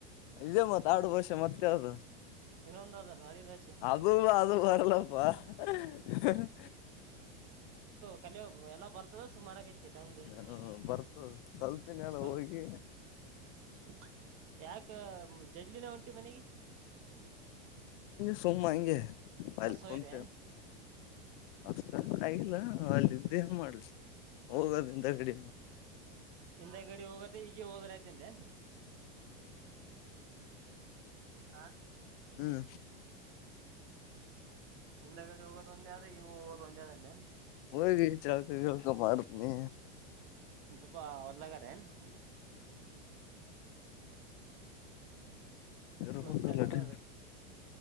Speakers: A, on the left; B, on the right.
A: ಇದೇ ಮತ್ ಆಡು ಭಾಷೆ ಮತ್ ಯಾವ್ದು
B: ಇನ್ನೊಂದ್ ಅದಲ್ಲ ಅಳಿ ಭಾಷೆ
A: ಅದು ಅದು ಬರಲ್ಲಪ್ಪಾ ಹಹ <inaudible>
B: ಕಲಿ ಹೋಗು ಎಲ್ಲಾ ಬರ್ತ ತೋರ್ಸು ಮಾಡಂಗ್ ಅಯ್ತಿ ಡಂಗ
A: ಹ
B: <inaudible>
A: ಬರ್ತದ ಕಲ್ತಿನಲ್ಲ
B: ಸೊ
A: ಹೋಗಿ
B: ಹ ಯಾಕ್ ಜಲ್ಲಿನ ಒಂ ಎ ಬನೆಗೆ
A: ಸೋ ಮಾಡ ಇಂಗೆ ಪಹಲ್ಕಟ
B: ಅಸೋಯ್ದೆನ್
A: ಅಷ್ಟ ಆಗಿಲ್ಲ ಅಲ್ಲಿದ್ದೇ ಮಾಡ್ಲಿ ಹೋಗೋದಿಂದ ಗಡಿ ಮಾಡ್ತ
B: ಇಲ್ಲ ಗಡಿ ಹೋಗದ್ರೆ ಈಗ ಹೋದ್ರ ಆಯ್ತಂತೆ ಹಾ
A: ಹ್ಮ್
B: ಹಿಂದ ಗಡಿ ಹೋಗೋದ ಒಂದೇ ಆದ ಇವು ಹೋಗೋದ ಒಂದೇ ಆದ ಅಂದೇನ್
A: ಹಗ ಳ್ಕ ಮಾಡತನಿ
B: ಹ ಅಲ್ಲಗ ಹ್ಮ್
A: ಯಾರ
B: ಮತ್ತೆ
A: ಹಲ್ಲ
B: ನೋಡೋದ